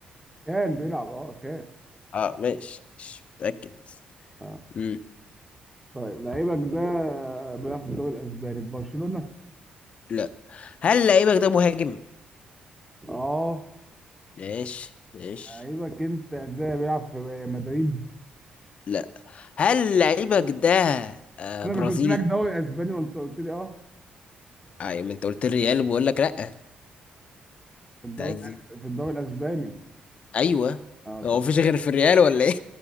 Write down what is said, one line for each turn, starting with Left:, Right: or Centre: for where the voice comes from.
Centre: كان بيلعب اه كان
Left: اه ماشي مش متأكد بس
Centre: اه
Left: مم.
Centre: طيب لعيبك ده بيلعب في الدوري الاسباني في برشلونة
Left: لا هل لعيبك ده مهاجم؟
Centre: اه
Left: ماشي ماشي
Centre: لعيبك انت ده بيلعب في مدريد
Left: لا هل لعيبك ده آه
Centre: انا
Left: برازيلي؟
Centre: مش قلت لك دوري اسباني وانت قلت لي اه
Left: ايوه ما انت قلت الريال بقول لك لا انت
Centre: في الدوري
Left: عايز ايه؟
Centre: في الدوري الاسباني
Left: ايوه
Centre: اه طب
Left: هو مفيش غير في الريال ولا ايه؟